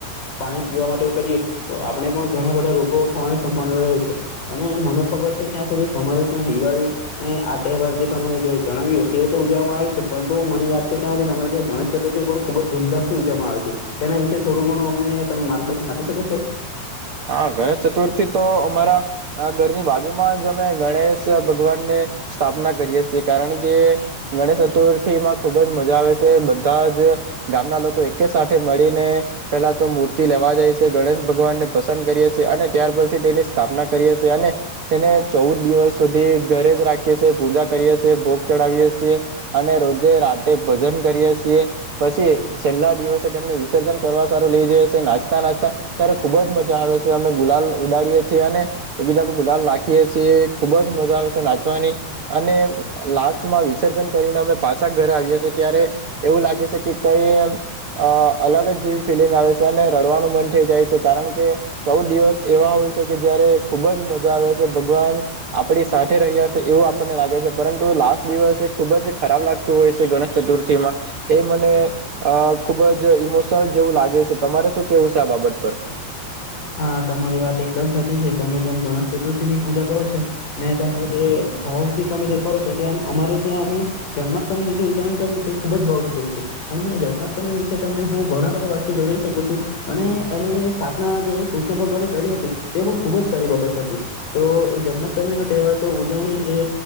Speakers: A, on the left (about 50°); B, on the right (about 80°).
A: પાણી પીવા માટે કરીએ, તો આપણે પણ ઘણા બધા રોગો થવાને સંભાળના રહે છે અને મને ખબર છે. ત્યાં સુધી તમારે ત્યાં દિવાળી અને આ તહેવાર જે તમે જે જણાવ્યું તે તો ઉજવામાં આવે છે, પરંતુ મને યાદ છે ત્યાં સુધી તમારે ત્યાં ગણેશ ચતુર્થી પણ ખુબ જ ધૂમધામથી ઉજવવામાં આવે છે. તેના વિશે થોડું ઘણું અમને તમે માર્ગદર્શન આપી શકો છો?
B: હા, ગણેશ ચતુર્થી તો અમારા ઘરની બાજુમાં જ અમે ગણેશ ભગવાન ને સ્થાપના કરીએ છીએ, કારણ કે ગણેશ ચતુર્થી માં ખુબ જ મજા આવે છે બધા જ ગામના લોકો એક સાથે મળીને પેલા તો મૂર્તિ લેવા જાય છે. ગણેશ ભગવાનને પસંદ કરીએ છીએ અને ત્યાર પછી તેની સ્થાપના કરીએ છીએ અને તેને ચૌદ દિવસ સુધી ઘરે જ રાખીએ છીએ, પૂજા કરીએ છી, ભોગ ચડાવીએ છીએ અને રોજે રાતે ભજન કરીએ છીએ. પછી છેલ્લા દિવસે તેમને વિસર્જન કરવા સારું લઇ જઈીએ નાસ્તા નાસ્તા ત્યારે ખૂબ જ મજા આવે છે અને અમે ગુલાલ ઉડાડીએ છીએ અને એક બીજા ગુલાલ રાખીએ છીએ ખુબ જ મજા આવે છે. નાચવાની અને લાસ્ટમાં વિસર્જન કરીને અમે પાછા ઘરે આવીએ છેએ ત્યારે એવું લાગે છે, કે કઈ એમ અ અલગ જ જેવી ફિલિંગ આવે છે અને રડવાનું મન થઈ જાય છે, કારણ કે ચૌદ દિવસ એવા હોય છે કે જયારે ખુબ જ મજા આવે છે. ભગવાન આપડી સાથે રહ્યા છે, એવું આપણને લાગે છે પરંતુ લાસ્ટ દિવસ એ ખુબ જ ખરાબ લાગતું હોય છે. ગણેશ ચતુર્થીમાં એ મને અ ખુબ જ ઈમોશનલ જેવું લાગે છે તમારે શું કેવું છે આ બાબત પર?
A: હા તમારી વાત એકદમ સાચી છે, તમે જેમ ગણેશ ચતુર્થી ની પૂજા કરો છો અને તમને જે ભાવ થી તમે જે કરો છો એ એમ અમારે ત્યાં અમે જન્માષ્ટમી ની જે ઉજવણી કરી ખૂબ જ બાવી કરી છેએ અને જન્માષ્ટમી વિશે તમને હું ઘણા બધા વાક્ય જણઈ શકું છું અને એની સ્થાપના જે કૃષ્ણ ભગવાને કરી હતી તે પણ ખૂબ જ સારી બાબત હતી. તો એ જન્માષ્ટમી નો તહેવાર તો ઉજવણી એ